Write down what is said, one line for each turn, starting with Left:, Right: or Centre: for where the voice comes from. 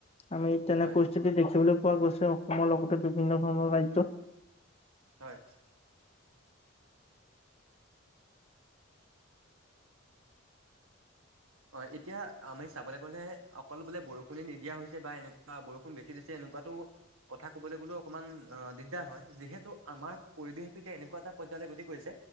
Left: আমি তেনে
Right: হয়
Left: পৰিস্থিতি দেখিবলৈ পোৱা গৈছে অসমৰ লগতে বিভিন্ন ধৰণৰ ৰাজ্যত
Right: হয় অ এতিয়া আমি চাবলৈ গলে অকল বোলে বৰষুণে নিদিয়া হৈছে বা এনেকুৱা বৰষুণ বেছি দিছে এনেকোৱাতো কথা কবলৈ গ'লেও অকমান অ দিগদাৰ হয় যিহেতু আমাৰ পৰিৱেশটো এতিয়া এনেকুৱা এটা পৰ্যায়লৈ গতি কৰিছে